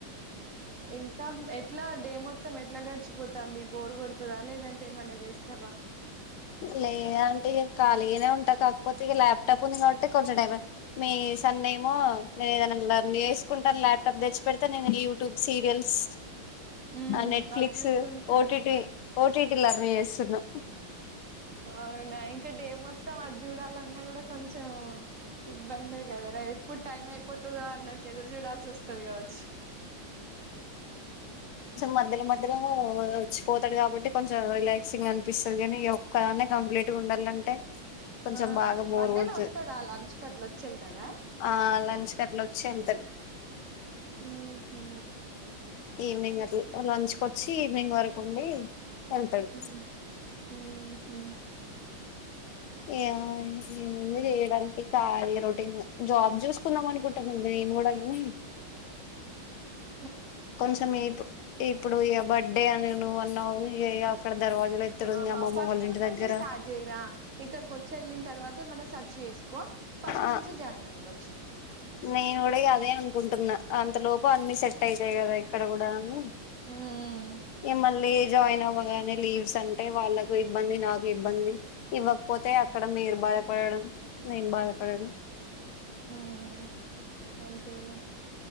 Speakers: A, on the right; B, on the left.
A: ఇంకా ఎట్లా డే మొత్తం ఎట్లా గడిచిపోతంది బోరు కొడుతదా లేదంటే ఏమన్నా చేస్తావా
B: లేద ఆంటీ ఇగ ఖాళీగానే ఉంటా కాకపోతే ఇగ ల్యాప్టాప్ ఉంది కాబట్టి కొంచెం టైం మే సన్నేమో నేను ఏదైన లర్న్ వేసుకుంటాను ల్యాప్టాప్ తెచ్చి పేడితే నేను యూట్యూబ్ సీరియల్స్
A: ఉమ్
B: ఆ నెట్ఫ్లిక్స్
A: అవి చూసుకుంటూ
B: ఓటిటి ఓటిటి లర్న్ చేస్తున్నా
A: అవునా ఇంక డే మొత్తం అది చూడాలన్నా గూడా కొంచెం ఇబ్బందే గదారా ఎప్పుడు టైం అయిపోతుందో అన్నట్టు ఎదురు చూడాల్సి వస్తది గావచ్చు
B: మధ్యల మధ్యల వచ్చిపోతాడు కాబట్టి కొంచెం రిలాక్సింగ్ అనిపిస్తది గానీ ఇగ ఒక్కదానే కంప్లె ట్ గా ఉండాలంటే కొంచెం
A: ఆ
B: బాగా బోర్
A: మధ్యలో
B: కొడుతది
A: వస్తాడా అ లంచ్కట్ల వచ్చి వెళ్తాడా
B: ఆ లంచ్ కట్లా వచ్చి వెళ్తడు
A: మ్ హు
B: ఈవినింగ్ అట్ల లంచ్కొచ్చి ఈవినింగ్ వరకు ఉండి వెళ్తాడు
A: మ్ మ్ హు
B: ఇగ ఏముంది చేయడానికి ఈ కాళీగా రో జాబ్ చూసుకుందాం అనుకుంటున్న నేను గూడా కానీ
A: మ్
B: కొంచెం ఇప్ ఇప్పుడు ఇగా బర్త్డే అని నువ్ అన్నావ్ ఇగ ఇగ అక్కడ దర్వాజులు ఎత్తుడు ఉంది
A: ఆహా
B: అమ్మమ్మ
A: ఫస్ట్
B: వాళ్ళ ఇంటి
A: నుంచి
B: దగ్గర
A: స్టార్ట్ జేయిరా ఇక్కడికోచ్చి వెళ్లిన తర్వాత ఏమన్నా సర్చ్ చేస్ సుకో ఫస్ట్
B: ఆ
A: నుంచి జాయిన్ అవ్వచ్చు
B: నేను గూడా ఇగ అదే అనుకుంటున్నా అంతలోపు అన్ని సెట్ అయి అంతే గదా ఇక్కడ గూడా అని
A: ఉమ్
B: ఇగ మళ్ళీ జాయిన్ అవ్ వ్వగానే లీవ్స్ అంటే వాళ్లాకు ఇబ్బంది నాకు ఇబ్బంది ఇవ్వకపోతే అక్కడ మీరు భాధ పడడం భాద పడుడు
A: హుమ్ అంతేలే